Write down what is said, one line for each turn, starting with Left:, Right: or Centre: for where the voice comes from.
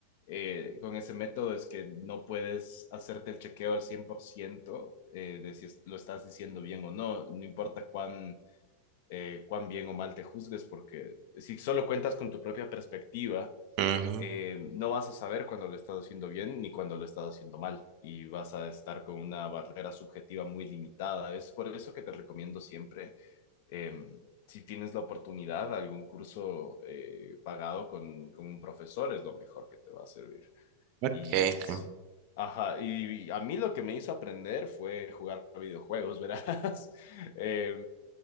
Left: eh, con ese método es que no puedes hacerte el chequeo al 100% eh, de si es- lo estás diciendo bien o no. No importa cuán, eh, cuán bien o mal te juzgues, porque si solo cuentas con tu propia perspectiva,
Right: Ujú.
Left: eh, no vas a saber cuando lo estás haciendo bien ni cuando lo estás haciendo mal y vas a estar con una barrera subjetiva muy limitada. Es por eso que te recomiendo siempre, eh, si tienes la oportunidad, algún curso eh, pagado con, con un profesor es lo mejor que te va a servir.
Right: Okay,
Left: Y
Right: okay.
Left: si Ajá, y a mí lo que me hizo aprender fue jugar videojuegos, verás. <laughs> Eh,